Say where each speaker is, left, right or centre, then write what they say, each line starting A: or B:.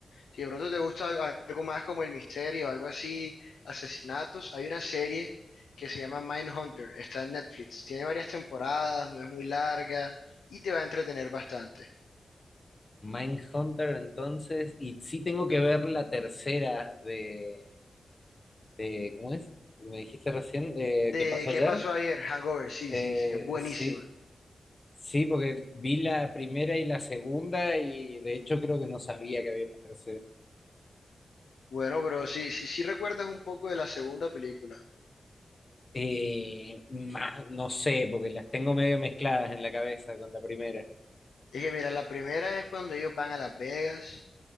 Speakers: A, on the left; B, on the left.
A: Si de pronto te gusta al- algo más como el misterio, algo así, asesinatos, hay una serie que se llama Mindhunter, está en Netflix, tiene varias temporadas, no es muy larga y te va a entretener bastante.
B: Mindhunter, entonces, y sí tengo que ver la tercera de, de- ¿cómo es? Me dijiste recién, eh,
A: ¿De
B: ¿qué pasó ayer?
A: qué pasó ayer? Hangover, sí,
B: Eh,
A: sí, sí, es buenísima.
B: sí, Sí, porque vi la primera y la segunda y de hecho creo que no sabía que había una tercera.
A: Bueno, bro, sí, sí, sí recuerdas un poco de la segunda película.
B: Eh, más, no sé, porque las tengo medio mezcladas en la cabeza con la primera.
A: Es que mira, la primera es cuando ellos van a Las Vegas,